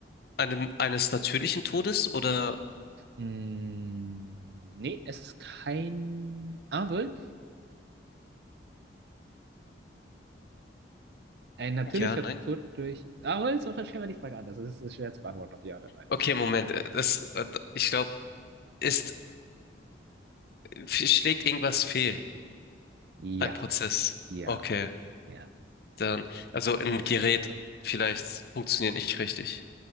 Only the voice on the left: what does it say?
einem, eines natürlichen Todes oder?
Ja, nein?
Okay,
Moment.
äh, Das, äh, ich glaube, ist, schlägt irgendwas fehl.
Ein Prozess.
Okay.
Dann, also ein Gerät vielleicht funktioniert nicht richtig.